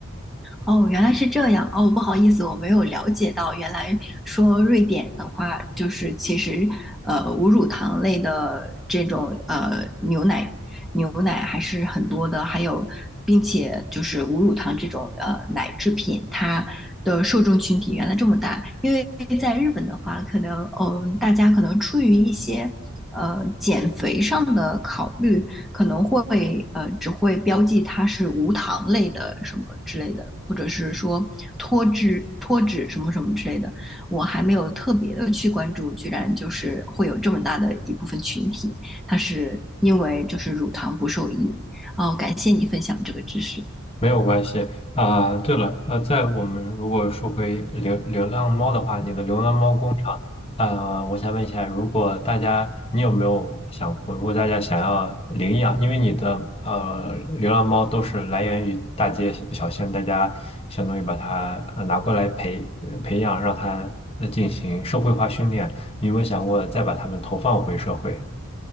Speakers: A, in the centre; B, on the left.
A: 哦，原来是这样。哦，不好意思，我没有了解到，原来说瑞典的话，就是其实呃无乳糖类的这种呃牛奶，牛奶还是很多的，还有并且就是无乳糖这种呃奶制品，它的受众群体原来这么大。因为在日本的话，可能嗯、大家可能出于一些呃减肥上的考虑，可能会呃只会标记它是无糖类的什么之类的，或者是说脱脂脱脂什么什么之类的。我还没有特别的去关注，居然就是会有这么大的一部分群体，它是因为就是乳糖不受益。哦，感谢你分享这个知识。
B: 没有关系啊，对了，呃，在我们如果说回流流浪猫的话，你的流浪猫工厂，呃，我想问一下，如果大家，你有没有想过，如果大家想要领养，因为你的呃流浪猫都是来源于大街小小巷，大家相当于把它呃拿过来培呃培养，让它呃进行社会化训练，你有没有想过再把它们投放回社会？